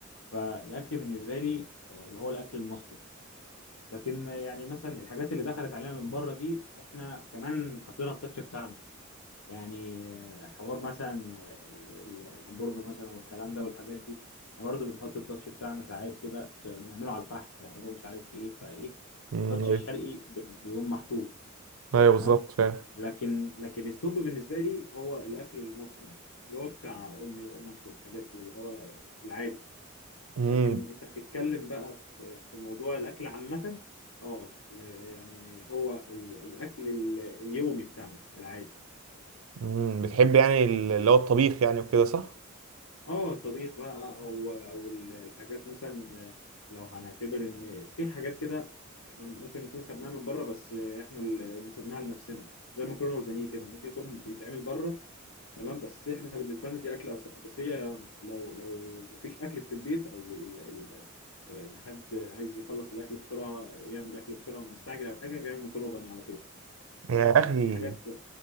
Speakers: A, on the left; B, on the right.
A: فالاكل بالنسبه لي آه، اللي هو الاكل المصري لكن آه، يعني مثلا الحاجات اللي دخلت علينا من بره دي احنا كمان حطينا التاتش بتاعنا يعني آه، حوار مثلا آه، ال- ال- الهمبرجر مثلا والكلام ده والحاجات دي احنا برضه بنحط التاتش بتاعنا ساعات كده بنعمله على الفحم بنعمله مش عارف ايه فايه
B: امم
A: التاتش الشرقي
B: ايوه
A: بي- بيقوم محطوط
B: ايوه بالظبط
A: تمام
B: فعلا
A: لكن لكن التوب بالنسبه لي هو الاكل المصري اللي هو بتاع امي وامك والحاجات دي اللي هو العادي
B: امم
A: لكن انت هتتكلم بقى في في موضوع الاكل عامه اه لا- يعني هو ال- الاكل ال- اليومي بتاعنا العادي
B: أمم، بتحب يعني ال- اللي هو الطبيخ يعني وكده صح
A: اه الطبيخ بقى او او ال- الحاجات مثلا لو هنعتبر ان في حاجات كده احنا ممكن نكون خدناها من بره بس احنا اللي نسبناها لنفسنا زي ما كنا والبانيه كده ممكن يكون بيتعمل بره تمام بس احنا بالنسبه لنا دي اكله أس- اساسيه لو لو مفيش اكل في البيت او ال... ال... آه، حد عايز يخلص الاكل بسرعه يعمل اكل بسرعه مستعجل او حاجه بيعمل مكرونه بانيه على طول
B: يا
A: فاهم
B: اخي
A: ففي حاجات